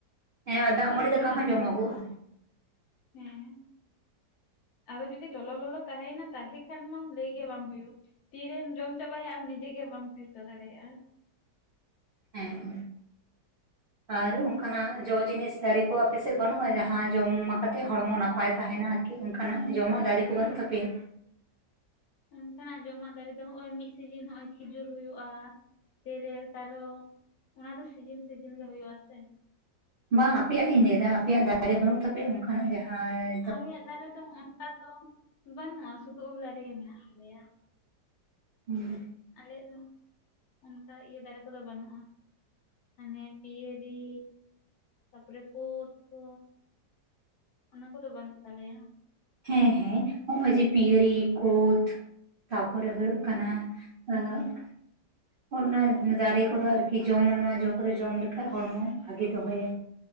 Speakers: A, on the right (about 65°); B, on the left (about 65°).
A: ᱦᱮᱸ ᱟᱨ
B: ᱫᱟᱜ ᱢᱟᱹᱲᱤ ᱫᱟᱠᱟ
A: ᱦᱚᱸ ᱡᱚᱢᱚᱜᱚᱜᱼᱟ
B: <unintelligible> ᱦᱮᱸ ᱟᱨᱚ ᱡᱩᱚᱫᱤ ᱞᱚᱞᱚ ᱞᱚᱞᱚ ᱛᱟᱸᱭᱮᱱᱟ ᱛᱟᱦᱚᱞᱮ ᱠᱷᱟᱱ ᱢᱟᱢ ᱞᱟᱹᱭᱜᱮ ᱵᱟᱝ ᱦᱩᱭᱩᱜᱼᱟ᱾ ᱛᱤᱨᱮᱢ ᱡᱚᱢ ᱪᱟᱵᱟᱭᱟ ᱟᱢ ᱱᱤᱡᱮᱜ ᱜᱮ ᱵᱟᱢ ᱴᱷᱠᱟᱹ ᱫᱟᱲᱮᱭᱟᱜᱼᱟ᱾ <inaudible>
A: ᱦᱮᱸ ᱟᱨ ᱚᱱᱠᱟᱱᱟᱜ ᱡᱚ ᱡᱤᱱᱤᱥ ᱫᱟᱨᱮ ᱠᱚ ᱟᱯᱮ ᱥᱮᱫ ᱵᱟᱹᱱᱩᱜ-ᱟ ᱡᱟᱦᱟᱸ ᱡᱚᱢ ᱠᱟᱛᱮᱫ ᱦᱚᱲᱢᱚ ᱱᱟᱯᱟᱭ ᱛᱟᱦᱮᱱᱟ ᱟᱨᱠᱤ, ᱚᱱᱠᱟᱱᱟᱜ ᱡᱚᱢᱟᱜ ᱫᱟᱨᱮ ᱠᱚ ᱵᱟᱹᱱᱩᱜ ᱛᱟᱯᱮᱭᱟ
B: ᱚᱱᱠᱟᱱᱟᱜ ᱡᱚᱢᱟᱜ ᱫᱟᱨᱮ ᱫᱚ ᱱᱚᱜ-ᱚᱭ ᱢᱤᱫ ᱥᱤᱡᱤᱱ ᱱᱚᱜ-ᱚᱭ ᱠᱷᱤᱡᱩᱨ ᱦᱩᱭᱩᱜ-ᱟ ᱛᱮᱨᱮᱞ ᱛᱟᱨᱚᱵ ᱚᱱᱟ ᱫᱚ ᱥᱤᱡᱤᱱ ᱥᱤᱡᱤᱱ ᱜᱮ ᱦᱩᱭᱩᱜ ᱟᱥᱮ
A: ᱵᱟᱝ ᱟᱯᱮᱭᱟᱜ ᱤᱧ ᱞᱟᱹᱭᱫᱟ ᱟᱯᱮᱭᱟᱜ ᱫᱟᱨᱮ ᱵᱟᱹᱱᱩᱜ ᱛᱟᱯᱮᱭᱟ ᱚᱱᱠᱟᱱᱟᱜ ᱡᱟᱦᱟᱸᱭ
B: ᱟᱞᱮᱭᱟᱜ ᱫᱟᱨᱮ ᱫᱚ ᱚᱱᱠᱟ ᱫᱚ ᱵᱟᱹᱱᱩᱜ-ᱟ ᱥᱩᱫᱩ ᱩᱞ ᱫᱟᱨᱮ ᱜᱮ ᱢᱮᱱᱟᱜ ᱛᱟᱞᱮᱭᱟ
A: <unintelligible>
B: ᱟᱞᱮᱭᱟ ᱫᱚ ᱚᱱᱠᱟ ᱤᱭᱟᱹ ᱫᱟᱨᱮ ᱠᱚᱫᱚ ᱵᱟᱹᱱᱩᱜ-ᱟ ᱢᱟᱱᱮ ᱯᱤᱭᱟᱹᱨᱤ, ᱛᱟᱯᱚᱨᱮ <unintelligible> ᱠᱚ ᱚᱱᱟ ᱠᱚᱫᱚ ᱵᱟᱹᱱᱩᱜ ᱛᱟᱞᱮᱭᱟ
A: ᱦᱮᱸ ᱦᱮᱸ ᱱᱚᱜ-ᱚᱭ ᱡᱮ ᱯᱤᱭᱟᱨᱤ ᱠᱩᱫ ᱛᱟᱨᱯᱚᱨᱮ ᱦᱩᱭᱩᱜ ᱠᱟᱱᱟ ᱮᱸ - ᱚᱱᱟ ᱫᱟᱨᱮ ᱠᱚᱫᱚ ᱟᱨᱠᱤ ᱡᱚᱢᱟ ᱱᱚᱣᱟ ᱡᱚ ᱠᱚᱫᱚ ᱡᱚᱢ ᱞᱮᱠᱷᱟᱡ ᱦᱚᱲᱢᱚ ᱵᱷᱟᱜᱤ ᱫᱚᱦᱚᱭᱟ